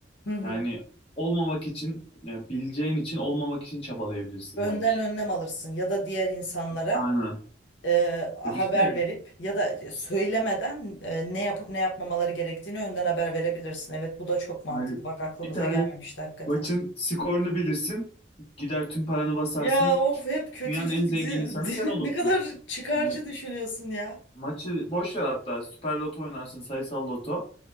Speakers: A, on the left; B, on the left.
A: Hı hı.
B: Yani olmamak için ya bileceğin için olmamak için çabalayabilirsin
A: Önden
B: belki.
A: önlem alırsın ya da diğer insanlara
B: Aynen.
A: e, haber
B: Ya düşünsene
A: verip ya da söylemeden e, ne yapıp ne yapmamaları gerektiğini önden haber verebilirsin. Evet bu da çok mantıklı.
B: yani
A: Bak aklımıza
B: bir tane
A: gelmemişti hakikaten.
B: maçın skorunu bilirsin. Gider tüm paranı basarsın.
A: Ya of hep kötücül
B: Dünyanın en zengin
A: di-
B: insanı
A: di-
B: sen olursun.
A: <laughs> ne kadar çıkarcı
B: Yani
A: düşünüyorsun ya.
B: Maçı boş ver hatta. Süper Loto oynarsın, sayısal loto.